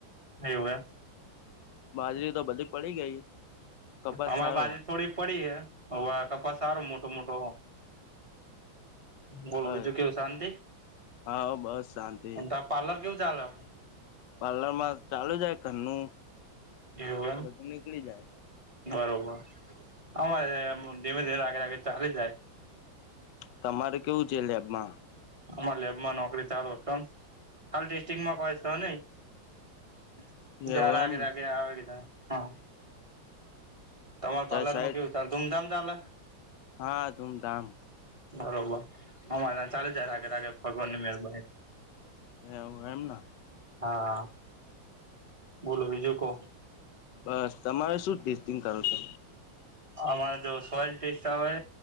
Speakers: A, on the right; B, on the left.
A: હવું એમ.
B: બાજરી તો બધી પડી ગઈ. કપાસ
A: અમારી
B: સારો
A: બાજી થોડી પડી હ <unintelligible> કપાસ સારો મોટો મોટો બોલો
B: હ
A: બીજું કેવું શાંતિ
B: હા બસ શાંતિ
A: અને ત પાર્લર કેવું <unintelligible>
B: પાર્લર માં ચાલુ જાય ઘરનું.
A: એવું
B: બધું નીકળી જાય
A: એમ બરોબર અમારે ધીમે ધીમે <unintelligible> ચાલે જાય.
B: તમારે કેવું છે, લેબમાં.
A: અમારા લેબમાં નોકરી ચાલુ છોમ ટેસ્ટંગમાં કઈ છે, <unintelligible> નહી. <inaudible>
B: એવું એમને
A: તમારા પાર્લર
B: ચાર સાઈડ
A: માં કેવું ચાલે ધૂમધામ ચાલે.
B: હા ધૂમધામ
A: બરોબર અમારે ત્યા ચાલે જાય રાગે રાગે ભગવાન ની <unintelligible>
B: એ એમ ના.
A: હા બોલો બીજું કો.
B: બસ તમારે શું ટેસ્ટિંગ કરો છો.
A: અમારે જો સોઈલ ટેસ્ટ આવે